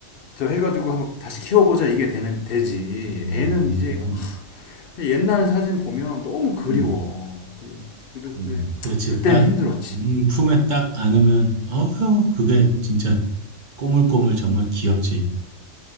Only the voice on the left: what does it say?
저 해가지고 한번 다시 키워보자 이게 되는 되지.
애는 이제
옛날 사진 보면 너무 그리워.
그-
그런데
그때는
힘들었지.